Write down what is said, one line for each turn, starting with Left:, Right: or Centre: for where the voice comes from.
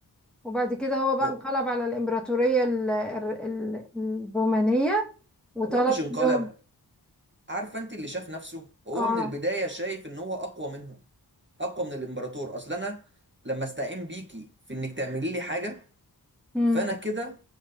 Centre: وبعد كده هو بقى
Right: هو
Centre: انقلب على الامبراطورية ال- ال- ال- الرومانية وطلب
Right: هو مش انقلب
Centre: منهم
Right: عارفة انت اللي شاف نفسه هو
Centre: اه
Right: من البداية شايف ان هو أقوى منهم أقوى من الإمبراطور أصل أنا لما استعين بيكي في انك تعملي لي حاجة
Centre: امم
Right: فأنا كده